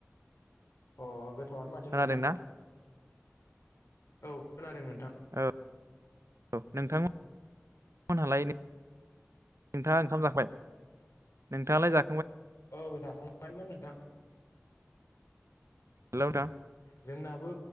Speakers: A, on the left (about 85°); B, on the right (about 75°).
A: अ गोथावआनो माथो
B: खोनादोंना
A: नोंथां औ खोनादों नोंथां।
B: औ औ नोंथांमोना फन हालायनो नोंथाङा ओंखाम जाखाबाय नोंथाङालाय जा
A: औ जाखांबायमोन नोंथां।
B: हेलौ नोंथां
A: जोंनाबो